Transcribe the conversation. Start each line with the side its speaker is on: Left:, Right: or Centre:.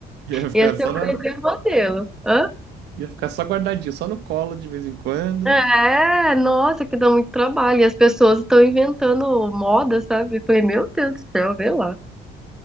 Right: Ia ficar
Centre: Ia
Right: só
Centre: ser um
Right: na,
Centre: bebê modelo. Hã?
Right: Ia ficar só guardadinho, só no colo de vez em quando.
Centre: É, nossa, que dá muito trabalho. E as pessoas estão inventando moda, sabe? Eu falei, meu Deus do céu, vê lá.